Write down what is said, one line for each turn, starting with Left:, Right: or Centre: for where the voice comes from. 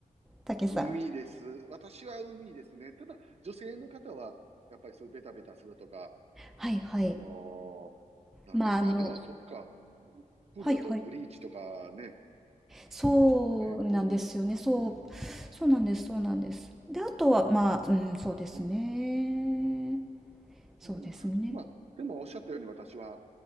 Centre: 竹さん。
Right: 海です。私は海ですね。ただ、女性の方は、やっぱりそういうベタベタするとか、
Centre: はいはい。
Right: あのー、
Centre: まあ、
Right: なんですか。
Centre: あの、
Right: あ、でも、そっか。うプールだとブリーチとかね、
Centre: はいはい。そうなんですよね。
Right: あれですもんね。うん。
Centre: そう、
Right: うん。
Centre: そうなんです、そうなんです。で、あとは、まあ、うん、そうですね。
Right: うん。
Centre: そうですね。
Right: うん。まあ、でもおっしゃったように私は、